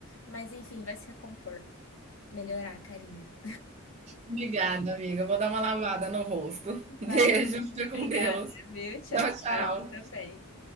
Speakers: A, on the left; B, on the right.
A: Mas enfim, vai se recompor, melhorar a carinha.
B: Obrigada, amiga. Eu Vou dar uma lavada no rosto. <laughs> Beijo,
A: Vai
B: fica com
A: Obrigada,
B: Deus.
A: viu? Tchau,
B: Tchau,
A: tchau. Você também.
B: tchau.